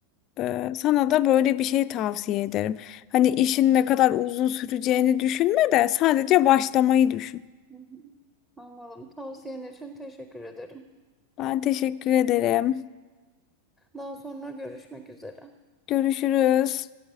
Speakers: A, on the left; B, in the centre.
A: e,
B: Hı
A: sana da böyle bir şey tavsiye ederim. Hani işin ne kadar uzun süreceğini düşünme de sadece başlamayı düşün.
B: hı. Anladım. Tavsiyen için teşekkür ederim.
A: Ben teşekkür ederim.
B: Daha sonra görüşmek üzere.
A: Görüşürüz.